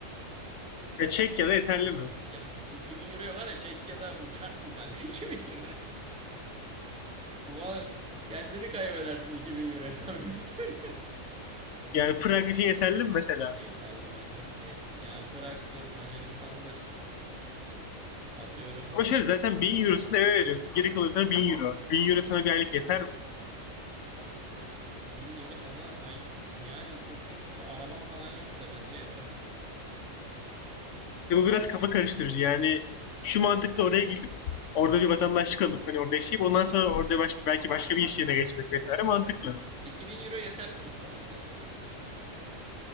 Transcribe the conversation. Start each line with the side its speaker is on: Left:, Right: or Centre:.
Left: Mesela çek ya da yeterli mi?
Centre: Ya 2000 euroya var ya Çekya'da uçarsın kanka <laughs> 2000 euroya. Vay kendini kaybedersin 2000 euroya samimi söylüyorum.
Left: Yani Prag için yeterli mi mesela?
Centre: Yeterli bence. Ye- Ya Prag'dır, Macaristan'dır. Atıyorum
Left: Ama şöyle zaten 1000 eurosunu eve veriyorsun. Geri kalıyor sana 1000 euro. 1000 euro sana bir aylık yeter mi?
Centre: <laughs> 1000 euro sana aylık. Yani çok ekstra araban falan yoksa bence yeter.
Left: İşte bu biraz kafa karıştırıcı. Yani şu mantıkla oraya gidip orada bir vatandaşlık alıp hani orada yaşayıp ondan sonra orada başka belki başka bir iş yerine geçmek vesaire mantıklı.
Centre: 2000 euro yeterli mi İstanbul'da mesela sence?